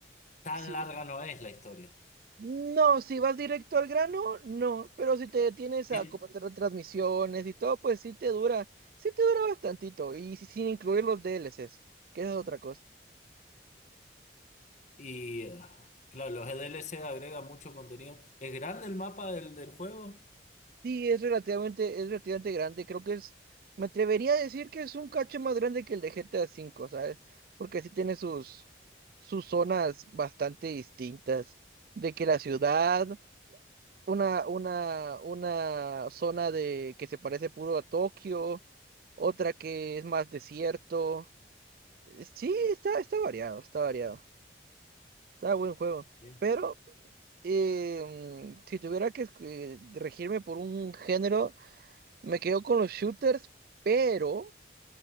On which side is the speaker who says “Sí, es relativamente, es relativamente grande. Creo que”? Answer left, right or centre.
Right